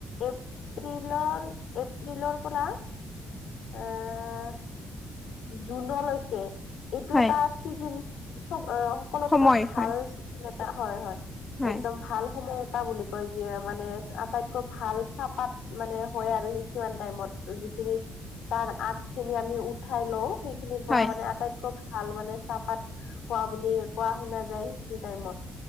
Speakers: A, on the left (about 75°); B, on the left (about 15°).
A: এপ্ৰিলৰ দিলৰ ফলা আহ জুনলৈকে এইটো
B: হয়
A: এটা চিজন চব অ সকলোতকৈ
B: সময়
A: ভাল
B: হয়
A: এটা হয় হয়
B: হয়
A: একদম ভাল সময়ত টা বুলি কয় যিয়ে মানে আটাইতকৈ ভাল চাহপাত মানে হয় আৰু সি কিমান টাইমত যিখিনি তাৰ আগ খিনি আমি উ উঠাই লও সেইখিনিৰ পৰা
B: হয়
A: মানে আটাইত খুব ভাল মানে চাহপাত হোৱা বুলি কোৱা শুনা যায় সেইটো টাইমত